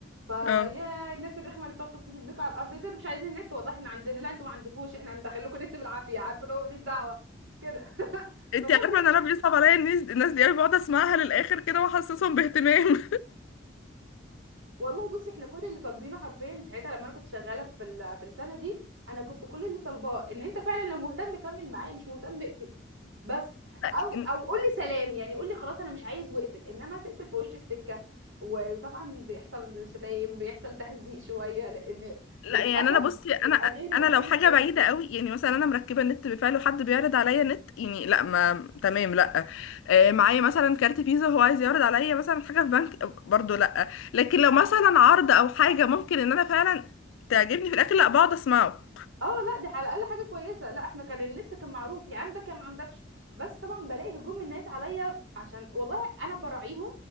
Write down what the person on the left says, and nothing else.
اه
انت
عارفه ان انا بيصعب عليا الناس الناس دي انا بقعد اسمعها للاخر كده واحسسهم باهتمام
<laughs>
لا يعني انا بصي انا
انا
لو حاجه
بعيده قوي يعني مثلا انا مركبه النت بفعل وحد بيعرض عليا نت يعني لا ما تمام لا آه، معايا مثلا كارت فيزا هو عايز يعرض عليا مثلا حاجه في بنك برضو لا لكن لو مثلا عرض او حاجه ممكن ان انا فعلا تعجبني في الاكل لا بقعد اسمعه